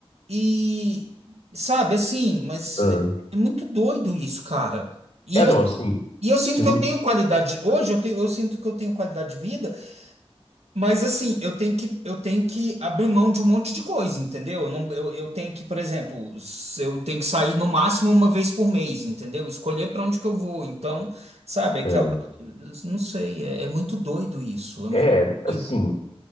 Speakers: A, on the right; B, on the left.
A: E, sabe, assim, mas
B: Ah.
A: é muito doido isso, cara. E
B: É,
A: eu,
B: não, assim,
A: e eu sinto
B: se
A: que
B: não.
A: eu tenho qualidade. Hoje eu tenho, eu sinto que eu tenho qualidade de vida, mas assim, eu tenho que, eu tenho que abrir mão de um monte de coisa, entendeu? Eu, não, eu, eu tenho que, por exemplo, se eu tenho que sair no máximo uma vez por mês, entendeu? Escolher para onde que eu vou. Então, sabe, aquela,
B: É,
A: não sei, é, é muito doido isso. É
B: é,
A: muito
B: assim,
A: doido.